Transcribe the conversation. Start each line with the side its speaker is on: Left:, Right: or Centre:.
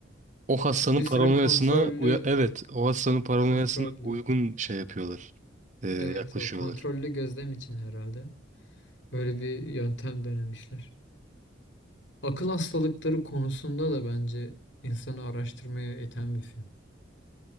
Right: O Hassan'ın
Left: işte bir
Right: paranoyasına...
Left: süre kontrollü
Right: uya- Evet. O Hassan'ın paranoyasına
Left: kontrollü
Right: uygun şey yapıyorlar. e,
Left: evet
Right: yaklaşıyorlar.
Left: o kontrollü gözlem için herhalde böyle bir yöntem denemişler. Akıl hastalıkları konusunda da bence insanı araştırmaya iten bir film.